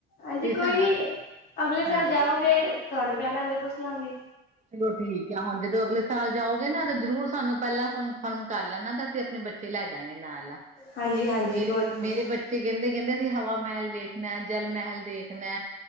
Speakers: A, on the left (about 55°); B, on the right (about 35°).
A: ਹਾਂਜੀ
B: ਤੁਸੀਂ
A: ਕੋਈ
B: ਸਾਡੇ
A: ਨੀ
B: ਨਾਲ
A: ਅਗਲੇ ਸਾਲ
B: ਹਾਂਜੀ।
A: ਜਾਵਾਂਗੇ ਤੁਹਾਨੂੰ ਕਹਿ ਲਾਂਗੇ ਪੁੱਛ ਲਾਂਗੇ
B: ਚਲੋ ਠੀਕ ਆ ਹੁਣ ਜਦੋਂ ਅਗਲੇ ਸਾਲ ਜਾਓਗੇ ਨਾ ਤਾਂ ਜ਼ਰੂਰ ਸਾਨੂੰ ਪਹਿਲਾਂ ਫਰਮ ਕਰ ਲੈਣਾ ਤਾਂ ਆਪਣੇ ਬੱਚੇ ਲੈ ਜਾਗੇ ਨਾਲ ਆ
A: ਹਾਂਜੀ-ਹਾਂਜੀ
B: ਮੇਰੇ
A: ਕੋਈ ਨੀ।
B: ਮੇਰੇ ਬੱਚੇ ਕਹਿੰਦੇ ਕਹਿੰਦੇ ਸੀ ਹਵਾ ਮਹਿਲ ਵੇਖਣਾ ਜਲ ਮਹਿਲ ਦੇਖਣਾ